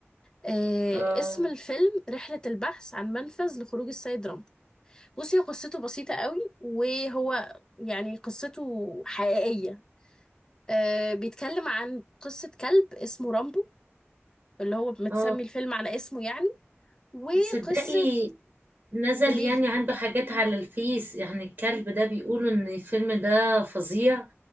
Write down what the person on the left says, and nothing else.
آه
اسم الفيلم رحلة البحث عن منفذ لخروج السيد رامبو بصي هو قصته بسيطة قوي وهو يعني قصته حقيقية آه بيتكلم عن قصة كلب اسمه رامبو اللي هو متسمي
الفيلم على اسمه يعني وقصة
وليلي